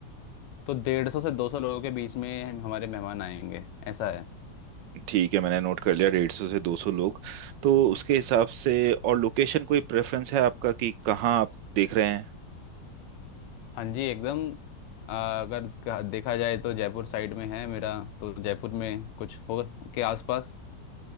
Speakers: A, on the left (about 80°); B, on the right (about 80°).
A: तो डेढ़ सौ से दो सौ लोगों के बीच में हम- हमारे मेहमान आएंगे ऐसा है
B: ठीक है मैंने नोट कर लिया डेढ़ सौ से दो सौ लोग तो उसके हिसाब से और लोकेशन कोई प्रेफरेंस है आपका कि कहाँ आप देख रहे हैं
A: हाँ जी एकदम आ, अगर कहा- देखा जाए तो जयपुर साइड में है मेरा तो जयपुर में कुछ हो के आसपास